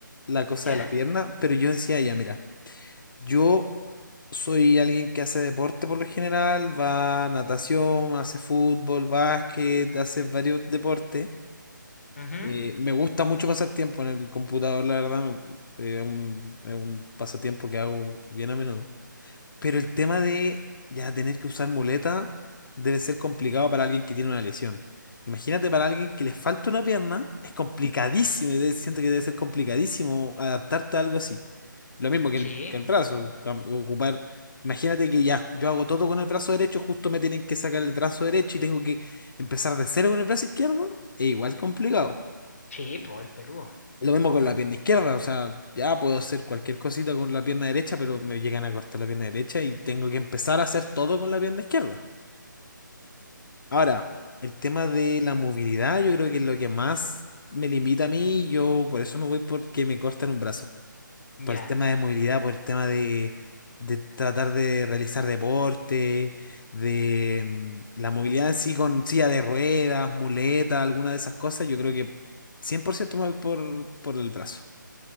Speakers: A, on the left; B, on the left.
A: la cosa
B: ¿Ya?
A: de la pierna, pero yo decía, ya, mira. Yo soy alguien que hace deporte por lo general, va a natación, hace fútbol, básquet, hace varios deportes.
B: Ujú.
A: Eh, me gusta mucho pasar tiempo en el computador, la verdad, me- eh, es un, es un pasatiempo que hago bien a menudo. Pero el tema de ya tener que usar muleta debe ser complicado para alguien que tiene una lesión. Imagínate para alguien que le falta una pierna, es complicadísimo, y de- siento que debe ser complicadísimo adaptarte a algo así. Lo mismo que
B: Sí,
A: el, que el brazo, cam- ocupar. Imagínate que ya, yo hago todo con el brazo derecho, justo me tienen que sacar el brazo derecho y tengo que empezar de cero con el brazo izquierdo, es igual complicado.
B: sí, pues el Perú.
A: Lo mismo con la pierna izquierda, o sea, ya puedo hacer cualquier cosita con la pierna derecha, pero me llegan a cortar la pierna derecha y tengo que empezar a hacer todo con la pierna izquierda. Ahora, el tema de la movilidad, yo creo que es lo que más me limita a mí, yo por eso me voy porque me cortan un brazo.
B: Ya,
A: Por el tema de movilidad, por el tema de, de tratar de realizar deporte, de mm, la movilidad en sí con silla de ruedas, muleta, alguna de esas cosas, yo creo que 100% me voy por, por el brazo.